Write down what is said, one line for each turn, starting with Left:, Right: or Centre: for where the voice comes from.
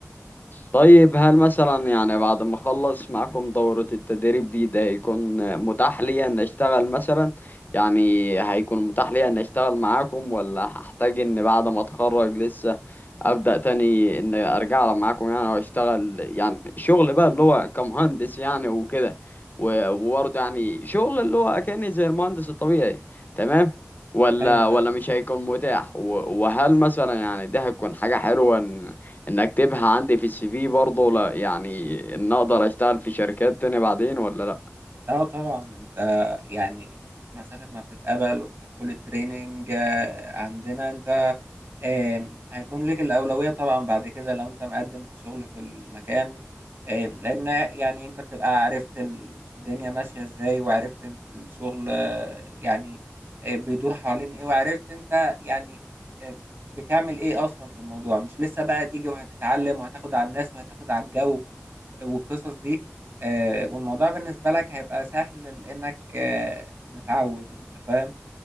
Left: طيب هل مثلا يعني بعد ما اخلص معاكم دورة التدريب دي ده هيكون متاح ليا ان اشتغل مثلا يعني هيكون متاح ليا ان اشتغل معاكم ولا هحتاج ان بعد ما اتخرج لسه ابدأ تاني ان ارجع معاكم يعني واشتغل يعني شغل بقى اللي هو كمهندس يعني وكده و- وبرضه يعني شغل اللي هو اكاني زي المهندس الطبيعي تمام ولا
Right: ايوه
Left: ولا مش هيكون متاح و- وهل مثلا يعني ده هتكون حاجة حلوة ان اكتبها عندي في السي في برضه لا يعني ان اقدر اشتغل في شركات تاني بعدين ولا لا
Right: اه طبعا انت يعني مسافة ما بتتقبل وبتدخل التريننج آه، عندنا انت آم، هيكون لك الأولوية طبعا بعد كده لو انت مقدم في شغل في المكان آم، لأن يعني انت بتبقى عرفت الدنيا ماشية ازاي وعرفت الشغل آه، يعني آه، بيدور حوالين ايه وعرفت انت يعني آم، بتعمل ايه اصلا في الموضوع مش لسه بقى تيجي وهتتعلم وهتاخد على الناس وهتاخد على الجو والقصص دي آه، والموضوع بالنسبة لك هيبقى سهل لأنك آه، متعود أنت فاهم